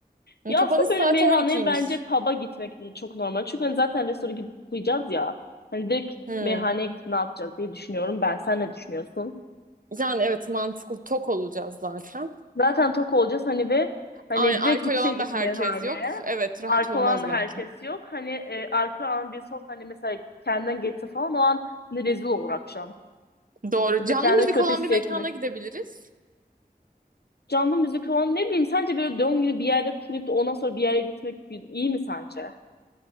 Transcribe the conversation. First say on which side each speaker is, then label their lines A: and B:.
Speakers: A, on the right; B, on the left.
A: Yani
B: Ya
A: kapanış
B: aslında
A: saati
B: böyle meyhaneye
A: 12'ymiş.
B: bence pub'a gitmek çok normal. Çünkü hani zaten restorana gidip uyuyacağız ya. Hani direkt
A: Hmm.
B: meyhaneye gidip ne yapacağız diye düşünüyorum ben. Sen ne düşünüyorsun?
A: Yani evet mantıklı tok olacağız zaten.
B: Zaten tok olacağız hani ve hani
A: Aynen alkol
B: direkt gitseydik
A: alan da herkes
B: meyhaneye.
A: yok. Evet rahat
B: Arka
A: olmaz
B: olan da
A: belki.
B: herkes yok. Hani e, arka olan birisi olsa hani mesela kendinden geçse falan o an hani rezil olur akşam.
A: Doğru.
B: Mesela
A: Canlı
B: kendini
A: müzik
B: kötü
A: olan
B: hissetme.
A: bir mekana gidebiliriz.
B: Canlı müzik olan ne bileyim sence böyle doğum günü bir yerde kutlayıp da ondan sonra bir yere gitmek iyi mi sence?